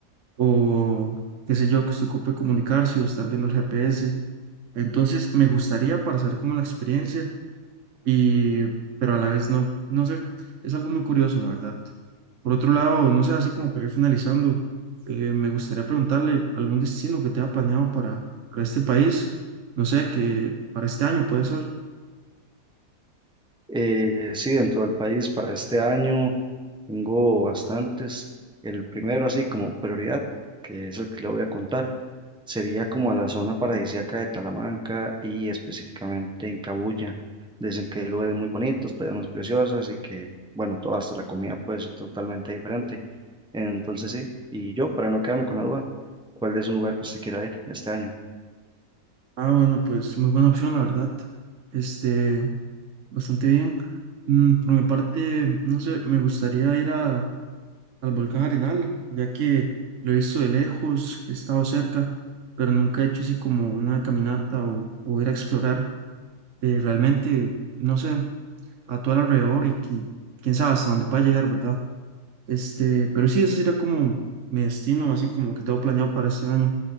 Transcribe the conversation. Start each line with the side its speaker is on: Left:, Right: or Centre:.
Right: o qué sé yo, que usted ocupe comunicarse o estar viendo el GPS. Entonces, me gustaría para saber cómo la experiencia y pero a la vez no, no sé, es algo muy curioso, la verdad. Por otro lado, no sé, así como para ir finalizando, eh, me gustaría preguntarle algún destino que tenga planeado para, para este país, no sé, que para este año puede ser.
Centre: Eh, sí, dentro del país para este año tengo bastantes. El primero, así como prioridad, que es el que le voy a contar, sería como a la zona paradisíaca de Talamanca y específicamente en Cabuya. Dicen que hay lugares muy bonitos, playas preciosas y que, bueno, todo hasta la comida puede ser totalmente diferente. Entonces sí, y yo, para no quedarme con la duda, ¿cuál es un lugar que usted quiera ir este año?
Right: Ah, bueno, pues muy buena opción, la verdad. Este, bastante bien. Mm, por mi parte, no sé, me gustaría ir a, al volcán Arenal, ya que lo he visto de lejos, he estado cerca, pero nunca he hecho así como una caminata o, o ir a explorar. eh, realmente, no sé, a todo el alrededor y qui- quién sabe hasta dónde pueda llegar, ¿verdad? Este, pero sí, ese sería como mi destino, así como que tengo planeado para este año.